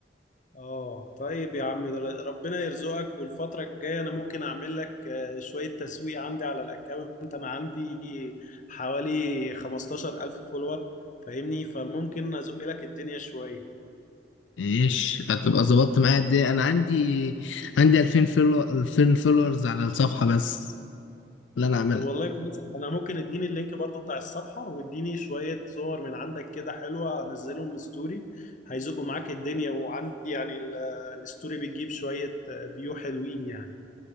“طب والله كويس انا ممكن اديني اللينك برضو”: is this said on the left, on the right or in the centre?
Left